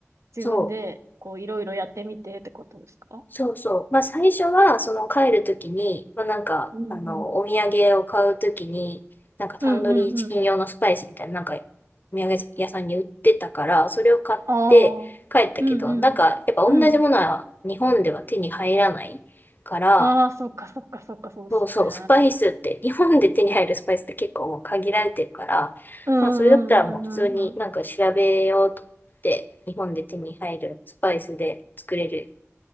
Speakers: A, on the right; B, on the left.
A: 自分でこういろいろやってみてってことですか
B: そう。そうそう。まあ最初は、その帰るときに、まあなんか、
A: うんうん。
B: あの、お土産を買うときに、なんかタンドリーチキン用のスパイスみたいな、
A: うんうんうん。
B: なんか、お土産屋さんに売ってたから、それを買って帰ったけど、
A: ああ。うんうん。
B: なんか、やっぱ同じものは日本では手に入らないから、
A: うん。ああ、そっかそっかそっか、そうですね。
B: そうそう、スパイスって、日本で手に入るスパイスって結構もう限られてるから、
A: うん
B: まあそれだったらもう普通になんか調べようと思って、
A: うんうんうんうん。
B: 日本で手に入るスパイスで作れる